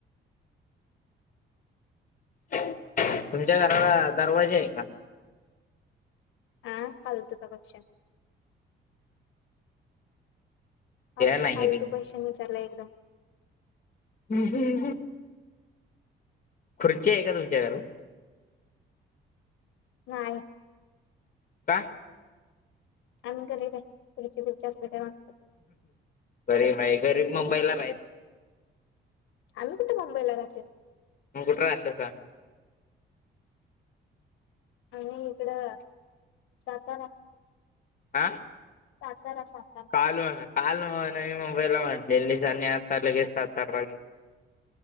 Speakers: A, on the left; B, on the left.
A: तुमच्या घराला दरवाजा आहे का.
B: हह पाल तुका कष.
A: ते
B: फालतू
A: नाही
B: फालतू
A: रिंग
B: पैशन विचारला एकदम.
A: हम्म हम. खुर्ची आहे का तुमच्याकर.
B: नाहीय.
A: का.
B: आम्ही घ असत.
A: गरीब आहे गरीब मुंबाईलला राहच नाही.
B: आम्ही कुठे मुंबईला जाते
A: मग कुठे राहत का.
B: आणि इकडं सातारा.
A: आह.
B: सातारा सातारा
A: काल काल म नाही म. ला म्हणलेली आतार लगेच सातार वागे.